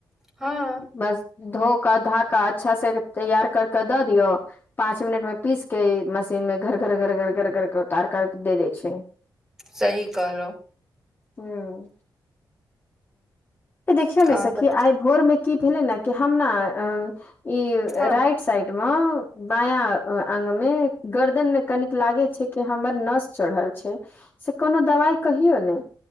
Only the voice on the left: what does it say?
बस धो कऽ धा कऽ अच्छा से तैयार करक दऽ दियऔ पाँच मिनट मे पीस के मशीन मे घर घर घर घर घर घर उतार कर दे दै छै।
हूँ देखियौ ने
सखी
आइ भोरमे कि भेलै ने कि हमनाइ
राइट साइड। मे बाया अंग मे गर्दन मे कनिक लागै छै कि हमर नस चढ़ल छै से कोनो दबाई कहियौ नै।